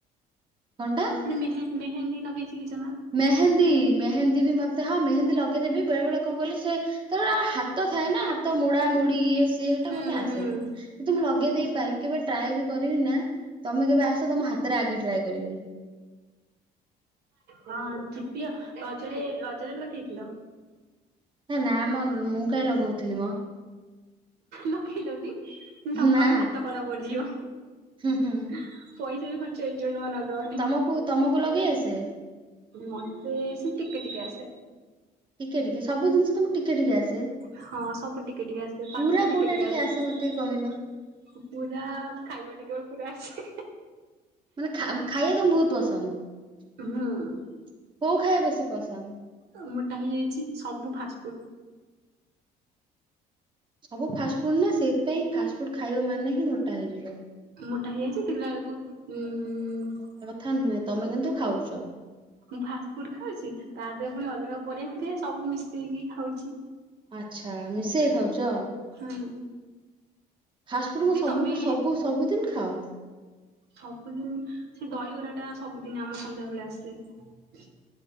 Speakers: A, on the right; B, on the right.
A: କଣ ଟା?
B: ମେ ମେହେନ୍ଦୀ ଲଗେଇ ଶିକିଛ ନା।
A: ମେହେନ୍ଦୀ ମେହେନ୍ଦୀ ବି ମତେ ହଁ ମେହେନ୍ଦୀ ଲଗେଇଦେବି ବେଳେ ବେଳେ କଣ କଲେ ସେ ତାଟ ଆ ହାତ ଥାଏ ନା ହାତ ମୋଡା ମୋଡି ଇଏ ସିଏ ସେଟା
B: ହୁଁ
A: ମତେ ଆସେନ
B: ହୁଁ
A: କିନ୍ତୁ ମୁଁ ଲଗେଇ ଦେଇ ପାରିବି କେବେ ଟ୍ରାଏ ବି କରିବି ନା ତମେ କେବେ ଆସ ତମ ହାତରେ ଆଗେ ଟ୍ରାଏ କରିବି।
B: ହଁ ଯିବିଅ ରଜରେ ରଜରେ ଲଗେଇଥିଲ।
A: ନା ମ ମୁଁ କାଇ ଲଗଉଥିଲି ମ।
B: ଲଖିଲନି ଟଙ୍କନି
A: ନା
B: ହାତ କଳା ପଡିଯିବ।
A: ହୁଁ ହୁଁ।
B: ପଇସା ବି ଖର୍ଚ୍ଚ ହେଇଯିବ ଜମା ନଗାଅନି।
A: ତମକୁ ତମକୁ ଲଗେଇ ଆସେ?
B: ମତେ ସେମତି ଟିକେ ଟିକେ ଆସେ।
A: ଟିକେ ଟିକେ ସବୁ ଜିନଷ ତମ ଟିକେ ଟିକେ ଆସେ
B: ହଁ ସବୁ ଟିକେ ଟିକେ ଆସେ ପାଠ
A: ପୁରା
B: ବି ଟିକେ
A: କୋଉଟା
B: ଟିକେ ଆସେ।
A: ଆସେ ମତେ କହିଲ?
B: ପୁରା ଖାଇବାଟା କେବଳ ପୁରା ଆସେ।
A: ମାନେ ଖା ଖାଇବା ତମେ ବହୁତ ପସନ୍ଦ
B: ହୁଁ
A: କୋଉ ଖାଇବା ବେଶୀ ପସନ୍ଦ?
B: ଆଉ ମୋଟା ହେଇଯାଇଛି ସବୁ ଫାଷ୍ଟଫୁଡ।
A: ସବୁ ଫାଷ୍ଟଫୁଡ ନା ସେଇଥିାଇଁ ଫାଷ୍ଟ ଫୁଡ ଖାଇବା ମାନେ ହିଁ ମୋଟା ହେଇଯିବ।
B: ମୋଟା ହେଇଯାଇଛି ଦେଖିଲା ବେଳକୁ ଉ
A: ଥା ନୁହେଁ ତମେ କିନ୍ତୁ ଖାଉଛ।
B: ମୁଁ ଫାଷ୍ଟଫୁଡ ଖାଉଛି ତା ଦେହ ପୁଣି ଅଲଗା ପରିବା ଫରିବା ସବୁ ମିଶେଇକି ଖାଉଛି।
A: ଆଚ୍ଛା ମିଶେଇି ଖାଉଛ।
B: ହୁଁ।
A: ଫାଷ୍ଟଫୁଡ
B: ଦିଦି
A: ସବୁ
B: ତମେ
A: ସବୁ ସବୁଦିନ ଖାଅ?
B: ସବୁଦିନ ସେ ଦହିବରା ଟା ସବୁଦିନ ଆମ ସନ୍ଧ୍ୟା ବେଳେ ଆସେ।